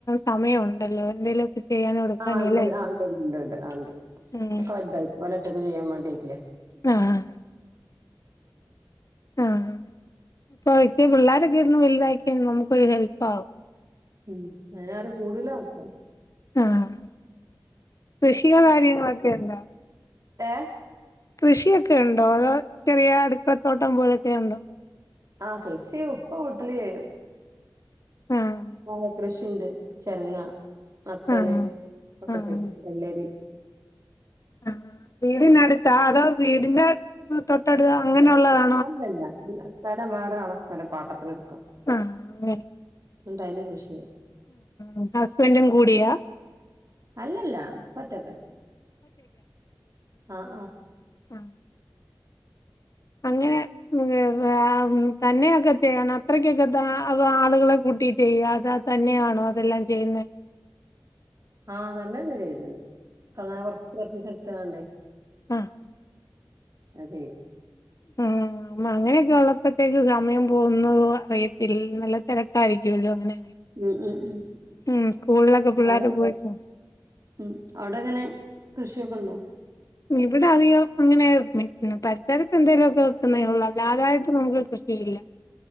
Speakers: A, on the left; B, on the right.
A: സമയ ഉണ്ടല്ലോ എന്തേലുമൊക്കെ ചെയ്യാനും എടുക്കാനും
B: ആഹ് ഇണ്ട്
A: അല്ലേ
B: ആണ്ട് ഇണ്ട്ണ്ട് ഉണ്ട്
A: ഉം
B: ക്കെ വൽതായി ഓലൊറ്റക്ക് ചെയ്യാൻ വേണ്ടി ആയ്ട്ടില്ലേ
A: ആഹ് ആഹ് അപ്പൊ ഇച്ചി പിള്ളോരൊക്കെ ഇര്ന്ന് വൽതായി കയിഞ്ഞ നമുക്കൊരു ഹെൽപ്പ് ആവും.
B: ഉം അയ്നാരും കൂടുലാത്രം
A: ആഹ് കൃഷിയോ കാര്യങ്ങളൊക്കെ ഉണ്ടോ
B: ഏഹ്
A: കൃഷിയൊക്കെയുണ്ടോ അതോ ചെറിയ അടുക്കളത്തോട്ടം പോലൊക്കെ ഉണ്ടോ
B: ആഹ് കൃഷി ഉപ്പ വീട്ടില് ചെയ്യും.
A: ആഹ്
B: മാങ്ങാ കൃഷിണ്ട് ചെരങ്ങ, മത്തന്
A: ആഹ്
B: ഒക്കെ
A: ആഹ്
B: ചെയ്യും വെള്ളരി
A: ആഹ് വീടിനടുത്താ അതോ വീടിന്റെ തൊട്ടടുക അങ്ങന ഉള്ളതാ
B: അല്ലല്ല സ്ഥലം വേറൊരാള സ്ഥലം പാട്ടത്തിന് ഇട്ക്ക
A: ആഹ് അങ്ങനെ
B: ഇങ്ങട്ട് അയില് കൃഷിയ്യ
A: ഉം ഹസ്ബന്റും കൂടിയാ
B: അല്ലല്ല ഉപ്പ ഒറ്റക്കന്നെ ആഹ് ആഹ്
A: ഉം അങ്ങനെ <unintelligible> തന്നെയൊക്കെ ചെയ്യണോ അത്രക്കൊക്കെ താ അതോ ആളുകളെ കൂട്ടിട്ടെയ്യാതെ തന്നെയാണോ അതെല്ലാം ചെയ്യുന്നേ
B: ആഹ് തന്നന്നെചെയ്യല് ക്കങ്ങനെ കൊർച്ചീച്ചെ കൊർച്ചീച്ചെ ഇട്ത്ത്കാണ്ടേ
A: ആഹ്
B: അത് ചെയ്യും
A: ആഹ് ആമ്മ അങ്ങനെയൊക്കെ ഉള്ളപ്പത്തേക്ക് സമയം പോകുന്നതോ അറിയത്തില്ല നല്ല തെരക്കായിരിക്കുവല്ലോ അങ്ങനെ
B: ഉം ഉം ഉം
A: ഉം സ്കൂൾളൊക്ക പിള്ളേര്
B: അവിടെ
A: പോയിട്ട്
B: ഉം അവടെങ്ങനെ കൃഷിയൊക്കെണ്ടോ
A: ഇവിടെ അധികോ അങ്ങനെ പരിസരത്ത് എന്തേലൊക്കെ <unintelligible> അല്ലാതായിട്ട് നമുക്ക് കൃഷിയില്ല